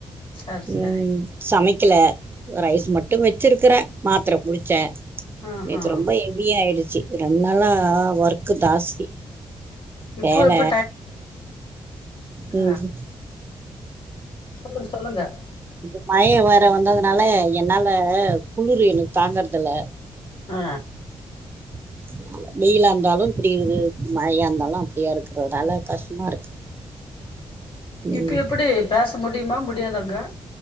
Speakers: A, on the left; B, on the right.
A: சரி சரி
B: ம் சமைக்ல ரைஸ் மட்டு வச்சிருக்கற மாத்தர குடிச்ச
A: ஆஹா
B: நேத்து ரொம்ப ஹெவியா ஆயிடுச்சி ரெண்டு நாளா ஒர்க்க்கு தாஸ்தி
A: இப்போ
B: வேல
A: எப்ப டைம்
B: ம்
A: ஆ சொல்லுங்க சொல்லுங்க
B: இந்த மழை வேற வந்ததுனால என்னால குளிர் எ தாங்குறதுல
A: ஆ
B: <inaudible> வெயிலா இருந்தாலு இப்டி இருகு மழையா இருந்தாலு அப்டியா இருக்கு நல்ல கஷ்டமா இருக்கு ம்,
A: இப்ப எப்படி பேச முடியுமா முடியாதாங்க